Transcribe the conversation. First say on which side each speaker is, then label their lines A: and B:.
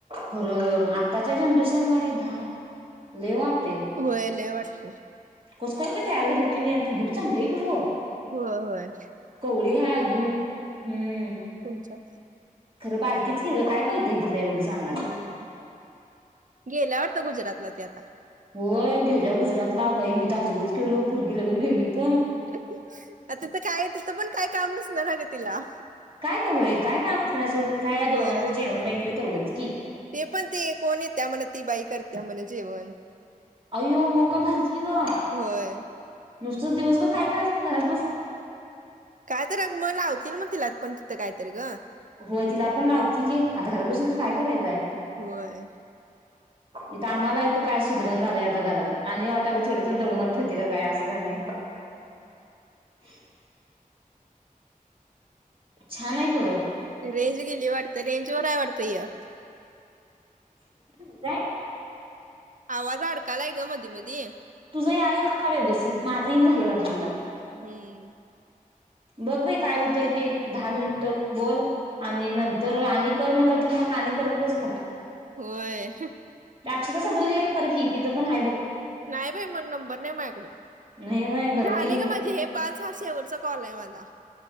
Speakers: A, on the right; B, on the right.
A: खरं आत्ताच्या जनरेशन नाही दहा लई वाट
B: होय लई वाट <inaudible>
A: कसं काय बर त्या <unintelligible> चांगली हाय की ओ
B: होय होय
A: कवळी हाय अजून हम्म
B: हो अच्छा
A: खरं बारकीच की गं काय कळतंय. तुला एवढं सांगालोय,
B: हम्म. गेल्या वाटतं गुजरातला ती आता.
A: होय गेल्या गुजरातला बाई मी तर आजबच ते <unintelligible> पुरगी लगेच गेली पण
B: अता तर काय तिथं पण काय काम नसणार अगं तिला.
A: काय कवळे काय काम असणार सोड काय ह्या
B: होय.
A: दोघांचं जेवण वगैरे तेवढंच <unintelligible>
B: ते पण ते कोण येत्या म्हण ती बाई करत्या म्हण जेवण
A: अयो म काय भारीच की गं!
B: होय.
A: नुसतं दिवसभर काय करायचं मग घरात बसून.
B: काय तर आग मग लावतील मग तिला पण तिथं कायतर ग
A: होय तिला पण लावती <unintelligible> आता घरात बसून तर काय करायचं हाय
B: होय.
A: इथं आम्हाला इथं काय सुधरना झालंय, आता घरात आणि वाटलंय थोडे जण तीला काय अस झालंय. <inaudible> छान आहे खरं
B: रेंज गेली वाटत रेंज वर हाय वाटत ह्य
A: <unintelligible>
B: आवाज अडकालाय गं मधी मधी
A: तुझं यायलंय मला व्यवस्थित, माझं ईना झालय वाटत तुला.
B: हम्म
A: बघ बाई काय होतंय ते दहा मिनिट बोल आणि नंतर आणि कर म्हणलं तर मग आणि करत बस मग
B: होय
A: त्या अक्षता सदलगेला ला एक कर की तिचं पण हाय बघ
B: नाही बाई मण नंबर नाही माझ्याकड,
A: नाही नाही भरवती
B: झाले
A: घे
B: गं
A: मग
B: माझे हे पाच हा शेवटचा. कॉल हाय माझा